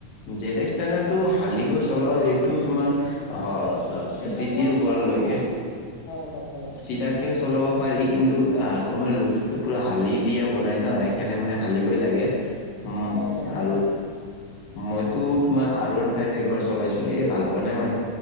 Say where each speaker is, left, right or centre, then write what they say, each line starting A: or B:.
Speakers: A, on the left; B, on the left.
A: জেডএক্স ষ্টেণ্ডাৰ টো শালিকৈ চলাব এইটো তোমাৰ অহ ত
B: চিধাকেও
A: চিচিৰ ওপৰলৈকে
B: চলাব পাৰি হয় হয় হয়
A: চিধাকেও চলাব পাৰি। কিন্তু তোমাৰ লুকচটো পুৰা হালি দিয়া বনাই ন সেইকাৰণে মানে হালিবই লাগে। উম
B: হয় হয় হয়
A: আৰু মই। টো তোমাৰ আৰ ৱান ফাইভ একবাৰ চলাইছিলো এই ভাল পোৱা নাই মই।।